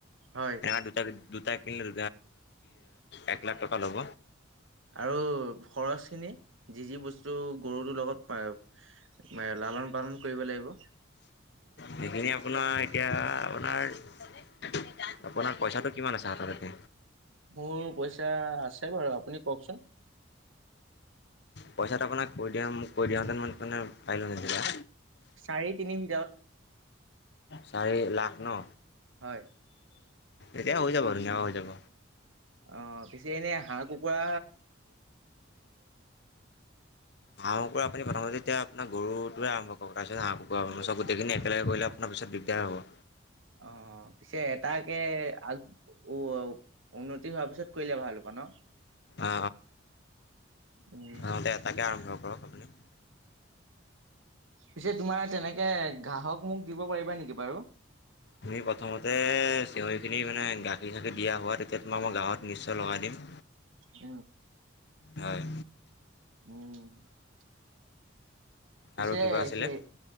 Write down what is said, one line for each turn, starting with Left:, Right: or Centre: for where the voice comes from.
Right: হয়,
Left: ন দুটা দুটা কিনিল এক লাখ টকা ল'ব।
Right: আৰু খৰচ খিনি যি যি বস্তু গৰুটোৰ লগত এ লালন পালন কৰিব লাগিব।
Left: সেইখিনি আপোনাৰ এতিয়া আপোনাৰ আপোনাৰ, পইচাটো কিমান আছে হাতততে?
Right: মোৰ পইচা আছে বাৰু আপুনি কওকচোন।
Left: পইচাটো আপোনাক কৈ দিয়া কৈ দিয়ওঁতেন ম মে পাৰিলোঁ নছিলয়া।
Right: চাৰি তিনি ভিতৰত।
Left: চাৰি লাখ ন?
Right: হয়।
Left: এতিয়া হৈ যাব আৰু না হৈ যাব।
Right: অ' পিছে এনে হাঁহ কুকুৰা
Left: হা ম ক আনি ভ মতে এতিয়া আোনাৰ গৰুটোয়েম্ কৰ তাৰপিছ হাঁহ কু ম চব গোটেইখিনি একেলগে কৰিলে আপোনাৰ পিছত দিগদাৰ হ'ব।
Right: অ' পিছে এটাকে আগ উ উন্নতি হোৱাৰ পিছত কৰিলে ভাল হ'ব ন।
Left: অ
Right: উম
Left: অ এটাকে আৰম্ভ কৰক আপুনি
Right: পিছে তোমাৰ তেনেকে গ্ৰাহক মোক দিব পাৰিবা নেকি বাৰু?
Left: তুমি প্ৰথমতে চিঞৰিখিনি মানে গাখীৰ চাখীৰ দিয়া হোৱা তেতিয়া তোমাৰ মই গাঁৱত নিশ্চয় লগাই দিম
Right: উ
Left: হয়।
Right: উম পিছে
Left: আৰু কিবা আছিলে
Right: সেই